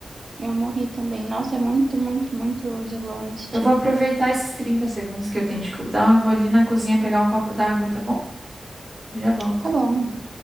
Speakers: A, on the right; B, on the right.
A: Eu morri também. Nossa, é muito, muito, muito slow nesse
B: Eu
A: time.
B: vou aproveitar esses 30 segundos que eu tenho de cooldown e vou ali na cozinha pegar um copo d'água, tá bom? Já volto.
A: Tá bom, amigo.